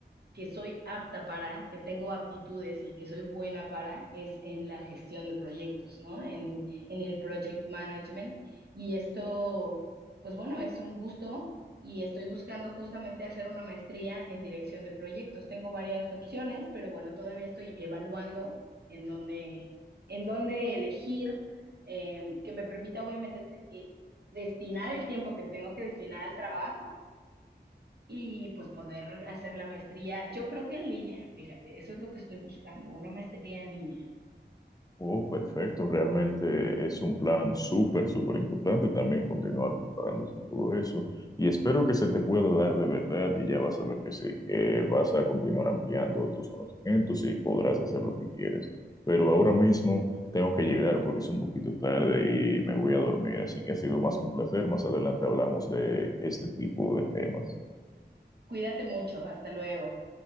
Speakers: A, on the right (about 60°); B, on the left (about 20°).
A: que soy apta para, que tengo aptitudes y que soy buena para, es en la gestión de proyectos, ¿no? En, en el project management. Y esto, pues bueno, es un gusto y estoy buscando justamente hacer una maestría en dirección de proyectos. Tengo varias opciones, pero bueno, todavía estoy evaluando en dónde, en dónde elegir, eh, que me permita obviamente eh, destinar el tiempo que tengo que destinar al trabajo y pues poder hacer la maestría, yo creo que en línea, fíjate, eso es lo que estoy buscando, una maestría en línea.
B: Oh, perfecto, realmente es un plan súper, súper importante también continuar preparándose y todo eso. Y espero que se te pueda dar de verdad y ya vas a ver que sí, que vas a continuar ampliando tus conocimientos y podrás hacer lo que quieres. Pero ahora mismo tengo que llegar porque es un poquito tarde y me voy a dormir, así que ha sido más que un placer. Más adelante hablamos de este tipo de temas.
A: Cuídate mucho, hasta luego.